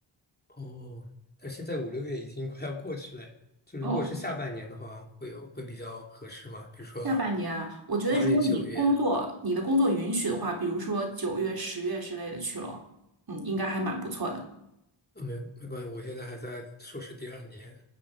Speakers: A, on the left; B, on the right.
A: 哦，但是现在五六月已经快要过去了，就如果是下半年的话，
B: 哦，
A: 会有会比较合适吗？比如说
B: 下半年啊，我觉得如果你工作你的工作允许的话，
A: 八月、九月，
B: 比如说九月、十月之类的去咯，嗯，应该还蛮不错的。
A: 呃没没关系，我现在还在硕士第二年。